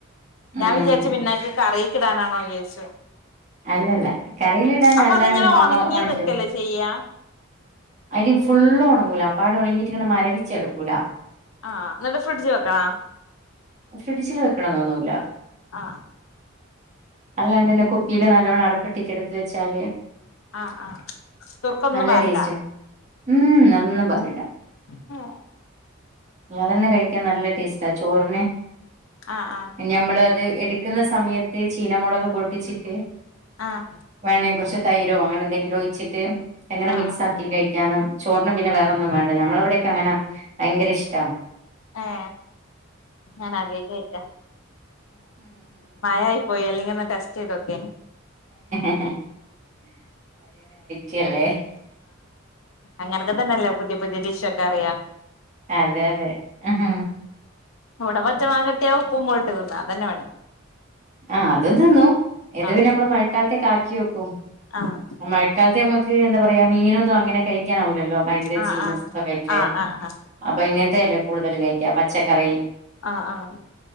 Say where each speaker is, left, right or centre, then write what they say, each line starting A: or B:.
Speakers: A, on the left (about 85°); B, on the right (about 35°).
A: ഞാൻ
B: ഉം
A: വിചാരിച്ചു പിന്നേക്ക് കറി ക്കിടാനാണോ വിചാരിച്ചു
B: അല്ലല്ല കറിയിലിടാന
A: അപ്പൊ
B: അല്ലാണ്ട്
A: അതിങ്ങനെ
B: മാങ്ങാ
A: ഉണങ്ങി
B: ഒണയ്ക്കും
A: നിക്കല്ലേ ചെയ്യാ
B: അയില് ഫുള്ള് ഒണങ്ങൂല അപ്പാടെ ഒണങ്ങിട്ട് ഇങ്ങനെ മരവിച്ച് കെടക്കൂല
A: ആഹ് എന്നിട്ട് ഫ്രിഡ്ജി വെക്കണാ?
B: ഫ്രിഡ്ജി വെക് ക്കണന്നൊന്നുല്ല
A: ആഹ്
B: അല്ലാണ്ടന്നെ കുപ്പിയില് നല്ലോണം അടപ്പിട്ടിട്ട് എടുത്ത് വെച്ചാല്
A: ആഹ് ആഹ് സുർക്കൊന്നും
B: നല്ല
A: പാരണ്ട
B: ടേസ്റ്റ് ഉം ഒന്നും പാര
A: ആ
B: <unintelligible> കഴിക്കാൻ നല്ല ടേസ്റ്റാ ചോറിന്
A: ആഹ് ആഹ്
B: ഇനി നമ്മള് അത് എട് ക്കുന്ന സമയത്ത് ചീനമൊളക് പൊട്ടിച്ചിട്ട്
A: ആഹ്
B: വേണേ കുറച്ച് തൈരോ അങ്ങനെ എന്തെങ്കിലും ഒയിച്ചിട്ട് എങ്ങനെ
A: ആഹ്
B: മിക്സ് ആക്കി കഴിക് അനോ ചോറിന് പിന്നെ വേറൊന്നും വേണ്ട ഞമ്മളവിടെക്കെങ്ങനാ ഭയങ്കര ഇഷ്
A: ഏ ഞാൻ ആദ്യായിട്ട് കേക്ക മഴയായി പോയി അല്ലെങ്കി ഒന്ന് ടെസ്റ്റ് ചെയ്തോക്യാനെ
B: ഉം ചെല്ലേ
A: അങ്ങനോക്കെ തന്നെ അല്ലേ പുതി പുതിയ ഡിഷ്‌ ഒക്കെ അറിയാം
B: അതെ അതെ ഉം.
A: ഇവിട പച്ച മാങ്ങട്ടിയ ഉപ്പും മോളുംട്ട് തിന്ന അത തന്നെ പണി
B: ആ അതും തിന്നു ഇതും
A: ആഹ്
B: പിന്നെ നമ്മള് മഴക്കാലത്തകാക്കി വെക്കും
A: ആഹ്
B: ആ മഴക്കാലത്തെ നമ്മുക് ത് എന്താ പറയാ മീനൊന്നുംങ്ങനെ കഴിക്കാനാവില്ല ല്ലല്ലോ ഭയങ്കരചീഞ
A: ആഹ്
B: <unintelligible>
A: ആഹ് ആഹ് ആഹ്
B: അപ്പൊ ഇങ്ങനത്തെല്ലേ കൂടുതലും കഴിക്ക പച്ചക്കറി
A: ആഹ് ആഹ്